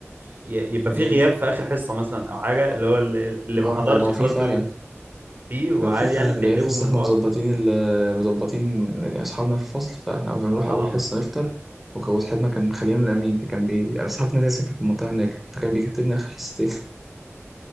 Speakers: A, on the right; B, in the centre.
A: ي- يبقى في
B: ايه
A: غياب في اخر حصه مثلا او حاجه اللي هو اللي اللي
B: ما
A: ما حضرش
B: احنا ما هو
A: خلاص
B: في فعلا
A: دول فيه وعادي
B: لو في فعلا
A: يعني بتقلبه
B: غياب بس
A: من
B: احنا
A: الحوار
B: مظبطين ال- آه، مظبطين يعني اصحابنا في الفصل فاحنا كنا بنروح
A: اه
B: اول حصه نفطر وهو صاحبنا كان خلينا من الامين فكان بي أنا صاحبنا ده ساكن في المنطقه هناك فكان بيكتبنا اخر حصتين <laughs>